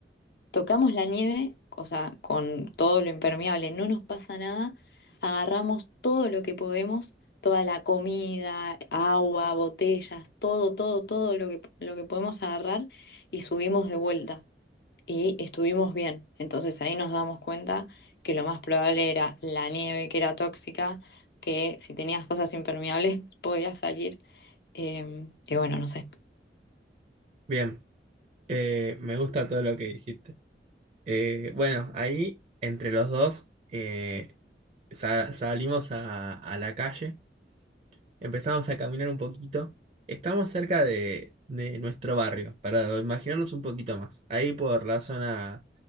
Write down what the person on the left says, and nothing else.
Tocamos la nieve, o sea, con todo lo impermeable, no nos pasa nada. Agarramos todo lo que podemos, toda la comida, agua, botellas, todo, todo, todo lo que, lo que podemos agarrar y subimos de vuelta. Y estuvimos bien. Entonces ahí nos damos cuenta que lo más probable era la nieve que era tóxica, que si tenías cosas impermeables <laughs> podías salir. Em, y bueno, no sé.